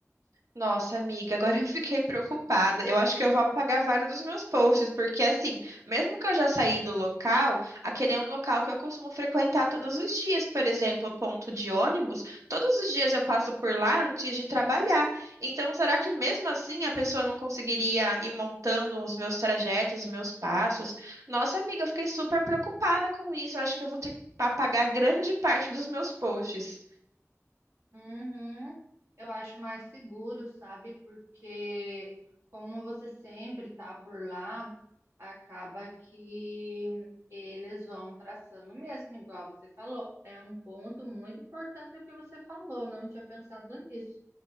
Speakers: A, on the right; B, on the right.
A: Nossa, amiga, agora eu fiquei preocupada. Eu acho que eu vou apagar vários dos meus posts, porque assim, mesmo que eu já saí do local, aquele é um local que eu costumo frequentar todos os dias, por exemplo, ponto de ônibus. Todos os dias eu passo por lá antes de trabalhar. Então, será que mesmo assim a pessoa não conseguiria ir montando os meus trajetos, os meus passos? Nossa, amiga, eu fiquei super preocupada com isso. Eu acho que eu vou ter que apagar grande parte dos meus posts.
B: Uhum. Eu acho mais seguro, sabe? Porque como você sempre tá por lá, acaba que eles vão traçando mesmo, igual você falou. É um ponto muito importante o que você falou, não tinha pensado nisso.